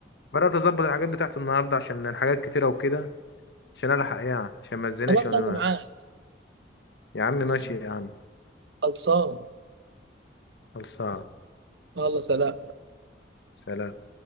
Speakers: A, on the left; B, on the right.
A: بدات اظبط الحاجات بتاعت النهارده عشان الحاجات كتيره وكده عشان الحق يعني عشان ما تزنقش
B: خلاص
A: وانا
B: اجي معاك
A: ماشي يا عم ماشي يا عم
B: خلصان
A: خلصان
B: يلا سلام
A: سلام